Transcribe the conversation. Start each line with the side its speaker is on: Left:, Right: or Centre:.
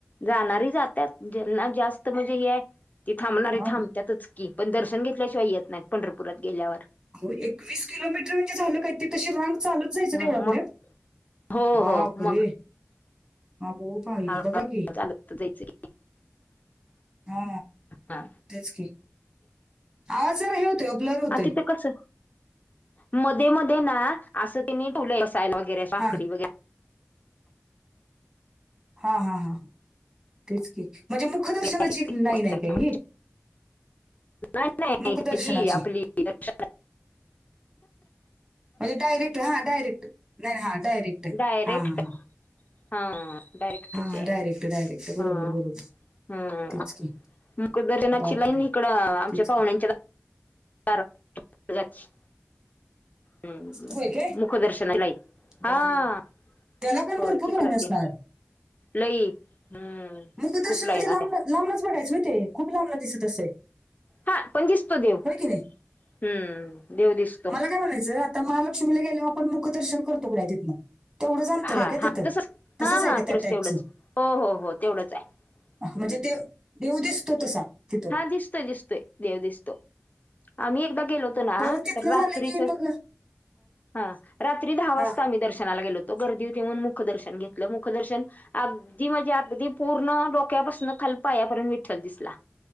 Left: जाणारी जात्यात ज्यांना जास्त म्हणजे हे आहे ती थांबणारी
Right: हा
Left: थांबत्यातचं. की पण दर्शन घेतल्याशिवाय येत नाही पंढरपुरात गेल्यावर.
Right: हो एकवीस किलोमीटर म्हणजे झालं काय ती तशी रांग चालत चालत जायचं
Left: मग
Right: देवळा पर्यंत
Left: हो
Right: बाप
Left: हो
Right: रे,
Left: मग
Right: अगं बाई
Left: हळूहळू
Right: बघा की.
Left: चालत जायचं की
Right: हा
Left: हा
Right: तेच की, आवाज जरा हे होतोय ब्लर होतोय
Left: आ तिथं कसं? मध्ये मध्ये ना असं त्यांनी <inaudible> बसायल वगैरे बाकडी
Right: हां,
Left: वगैरे
Right: हा हा हा तेच की म्हणजे मुखदर्शनाची
Left: आहेत
Right: लाईन
Left: बसायला
Right: आहे का ही?
Left: नाही नाही
Right: मुखदर्शनाची.
Left: ह्याची आपली दर्शनाची.
Right: म्हणजे डारेक्ट हा डारेक्ट नाही हा डायरेक्ट
Left: डायरेक्ट
Right: हां, हां, हां.
Left: ह् डायरेक्टची
Right: हां,
Left: आहे
Right: डायरेक्ट, डायरेक्ट. बरोबर,
Left: ह्अ
Right: बरोबर.
Left: ह्
Right: तेच की.
Left: मुकदर्शनाची
Right: बापरे!
Left: लाईन इकडं आमच्या
Right: तेच
Left: पाहुण्यांच्या
Right: की.
Left: दा दारातंन जाती. हम्म
Right: होय काय?
Left: मुखदर्शनाची लाईन हा
Right: बरं, बरं. त्याला पण
Left: होय
Right: भरपूर
Left: चिकरा
Right: लाईन असणार.
Left: ते. लई हम्म
Right: मुखदर्शन
Left: खूप लाईन
Right: म्हणजे
Left: आल्या.
Right: लांब लांबनच बघायचं होय ते खूप लांबन दिसत असेल.
Left: हा पण दिसतो देव
Right: होय की नाही?
Left: हम्म देव दिसतो.
Right: हे काय म्हणायचंय? त्या महालक्ष्मीला गेल्यावर आपण मुखदर्शन करतो की नाय तिथंन‍? तेवढंच अंतर
Left: हा
Right: आहे का
Left: हा
Right: तिथं
Left: तसच
Right: तसच
Left: हा
Right: आहे
Left: हा
Right: का
Left: तेवढंच
Right: त्या टाईपचं?
Left: तेवढंच हो हो हो तेवढंच आहे
Right: म्हणजे ते देव दिसतो तसा तिथं?
Left: हा दिसतोय दिसतोय देव दिसतो आम्ही एखदा गेलो होतो ना.
Right: परत
Left: ना
Right: तिथनं
Left: रात्रीचं
Right: झालं की मग
Left: हा रात्री दहा वाजता
Right: हा
Left: आम्ही दर्शनाला गेलो होतो. तवा गर्दी होती म्हूणून मुखदर्शन घेतलं मुखदर्शन अगदी म्हणजे अगदी पूर्ण डोक्यापासून खाली पायापर्यंत विठ्ठल दिसला.